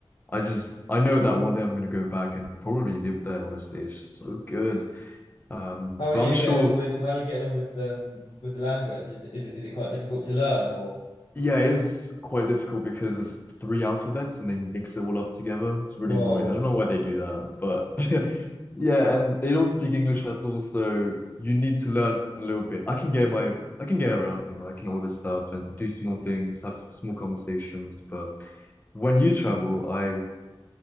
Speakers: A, on the left; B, on the left.
A: I just I know that one day I'm gonna go back and probably live there. Honestly, it's just so good. Um,
B: How are
A: but
B: you
A: I'm sure.
B: getting on with how are you getting on with um with the language? Is it is it is it quite difficult to learn or
A: Yeah, it is quite difficult because there's three alphabets and they mix it all up together. It's really
B: whoa.
A: annoying. I don't know why they do that, but <laughs> yeah, and they don't speak English at all, so you need to learn a little bit. I can get my I can get around, you know, I can order stuff and do small things, have small conversations, but when you travel, I